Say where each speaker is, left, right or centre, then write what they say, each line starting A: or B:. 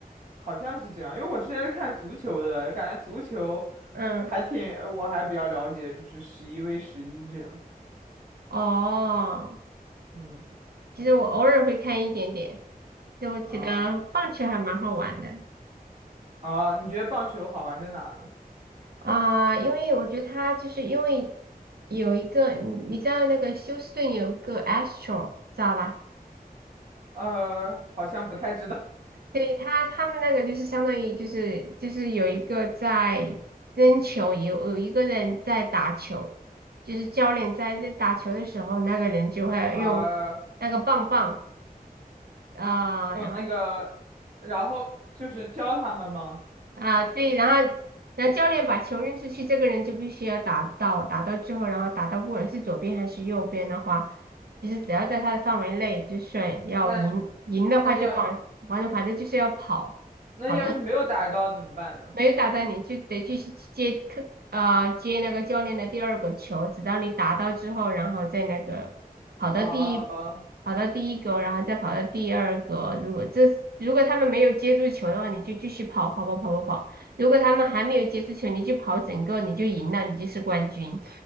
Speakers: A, on the right (about 55°); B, on the right (about 80°).
A: 好像是这样。因为我之前是看足球的，感觉足球
B: 嗯，
A: 还挺，呃我还比较了解，就是十一 v 十一这样。
B: 哦，
A: 嗯，
B: 其实我偶尔会看一点点。就我觉得棒球还蛮好玩的
A: 啊啊，你觉得棒球好玩在哪呢？
B: 啊，因为我觉得它就是因为有一个，你你知道那个休斯顿有个 Astro 知道吧？
A: 呃，好像不太知道。
B: 对他，他们那个就是相当于就是就是有一个在扔球，有有一个人在打球，就是教练在在打球的时候，那个人就会用那个棒棒
A: 啊、
B: 啊、
A: 用那个，
B: 然后
A: 然后就是教他们吗？
B: 啊、对，然后然后教练把球扔出去，这个人就必须要打到，打到之后，然后打到不管是左边还是右边的话，就是只要在他的范围内就算要赢，
A: 那
B: 赢的话就往反正反正就是要跑。
A: 那要那要是没有打到怎么办呢？
B: 跑没有打到你，就得继续接客，呃，接那个教练的第二个球，直到你打到之后，然后再那个跑到第一，
A: 哦
B: 跑到第一个，然后再跑到第二个。如果这如果他们没有接住球的话，你就继续跑跑跑跑跑跑。如果他们还没有接住球，你就跑整个，你就赢了，你就是冠军。